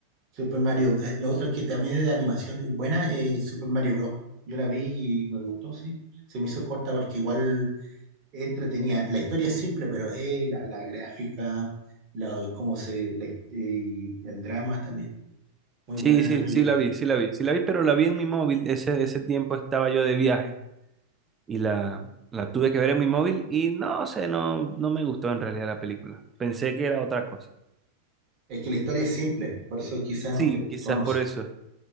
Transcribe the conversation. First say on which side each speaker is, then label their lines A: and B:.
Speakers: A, on the right (about 35°); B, on the right (about 15°).
A: Super Mario, eh, la otra que también es de animación y buena es Super Mario Bros. Yo la vi y me gustó, sí. Se me hizo corta porque igual entretenía. La historia es simple, pero eh, la, la gráfica, la, cómo se, la- eh, el drama también. Muy
B: Sí,
A: buena
B: sí,
A: la película.
B: sí la vi, sí la vi, sí la vi, pero la vi en mi móvil. Ese, ese tiempo estaba yo de viaje y la, la tuve que ver en mi móvil y no sé, no, no me gustó en realidad la película. Pensé que era otra cosa.
A: Es que la historia es simple, por eso quizá
B: Sí,
A: no te gustó,
B: quizás
A: no
B: por
A: sé.
B: eso.